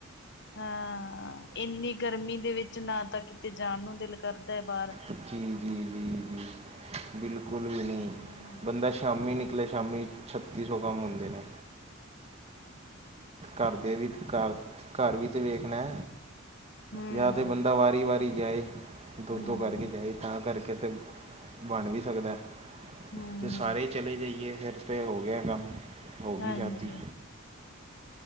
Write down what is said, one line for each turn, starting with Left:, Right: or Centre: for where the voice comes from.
Left: ਹਾਂ ਏਨੀ ਗਰਮੀ ਦੇ ਵਿੱਚ ਨਾ ਤਾਂ ਕਿਤੇ ਜਾਣ ਨੂੰ ਦਿਲ ਕਰਦਾ ਏ ਬਾਰ
Right: ਜੀ- ਜੀ- ਜੀ- ਜੀ ਬਿਲਕੁਲ ਵੀ ਨਈ
Left: ਹੂੰ
Right: ਬੰਦਾ ਸ਼ਾਮੀ ਨਿਕਲੇ ਸ਼ਾਮੀ ਛੱਤੀ ਸੌ ਕੰਮ ਹੁੰਦੇ ਨੇ
Left: ਹਮ।
Right: ਘਰਦੇ ਵੀ ਤ ਘਰ- ਘਰ ਵੀ ਤਾਂ ਵੇਖਣਾ।
Left: ਹੂੰ
Right: ਜਾਂ ਤੇ ਬੰਦਾ ਵਾਰੀ -ਵਾਰੀ ਜਾਏ ਦੋ
Left: ਹੂੰ
Right: -ਦੋ ਕਰਕੇ। ਜਾ ਤਾਂ ਕਰਕੇ ਤੇ ਬਣ ਵੀ ਸਕਦਾ
Left: ਹੂੰ
Right: ਤੇ ਸਾਰੇ ਚਲੇ ਜਾਈਏ ਫਿਰ ਤਾਂ ਹੋ ਗੇਆ ਕੰਮ ਹੋ
Left: ਹਾਂਜੀ
Right: ਗਈ ਸ਼ਾਦੀ।